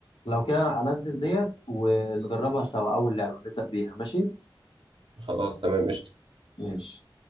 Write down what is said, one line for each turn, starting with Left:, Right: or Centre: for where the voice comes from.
Left: لو كده انزل ديت ونجربها سوا اول لعبه نبدا بيها ماشي
Right: خلاص تمام قشطة
Left: ماشي